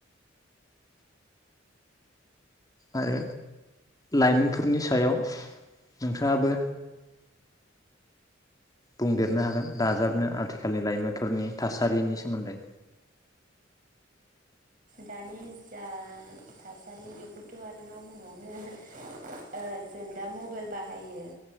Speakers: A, on the left; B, on the right.
A: आरो लाइमोनफोरनि सायाव नोंथाङाबो बुंदेरनो हागोन दाजाबनो आथिखालनि लाइमोनफोरनि थासारिनि सोमोन्दै
B: दानि जा थासारि बेखौथ आरो मा बुंबावनो ओ जों दा मबाइल बाहायो